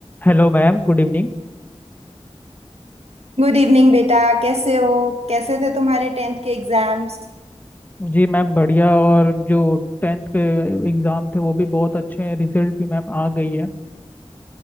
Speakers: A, on the left; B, on the right.
A: Hello ma'am good evening
B: Good evening बेटा कैसे हो कैसे थे तुम्हारे टेंथ के एग्जाम्स
A: जी ma'am बढ़िया और जो टेंथ के एग्ज़ाम थे वो भी बहुत अच्छे हैं रिजल्ट भी मैम आ गई है